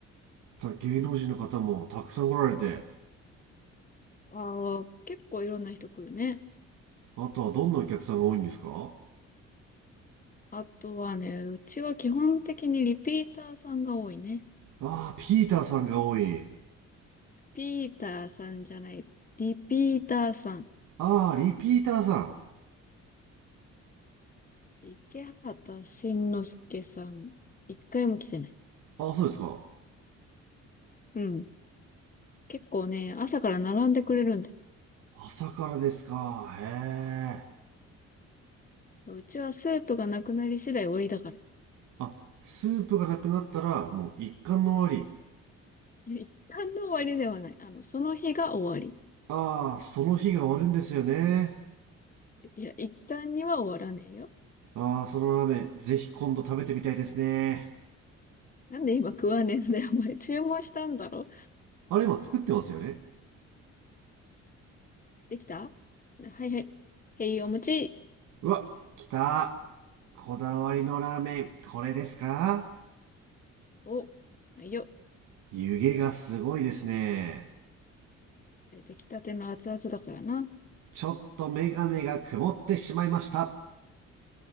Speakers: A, on the right (about 80°); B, on the left (about 30°).
A: た芸能人の方もたくさん来られて。
B: ああ、結構いろんな人来るね。
A: あとはどんなお客さんが多いんですか
B: あとはね、うちは基本的にリピーターさんが多いね。
A: ああ、ピーターさんが多い。
B: リピーターさんじゃない。リピーターさん。
A: ああ、リピーターさん。
B: 池畑慎之介さん。一回も来てない。
A: ああ、そうですか。
B: うん。結構ね、朝から並んでくれるんで。
A: 朝からですか。へえ。
B: うちはスープがなくなり次第終わりだから。
A: あ、スープがなくなったらもう一貫の終わり。
B: いや、一旦の終わりではない。あの、その日が終わり。
A: ああ、その日が終わるんですよね。
B: いや、一旦には終わらねえよ。
A: ああ、そのラーメン、ぜひ今度食べてみたいですね。
B: なんで今食わねえんだよ。お前注文したんだろ。
A: あれ、今作ってますよね。
B: できたはいはい。へい、お餅。
A: うわ、来た。こだわりのラーメン、これですか
B: お、はいよ。
A: 湯気がすごいですね。
B: 出てきたての熱々だからな。
A: ちょっとメガネが曇ってしまいました。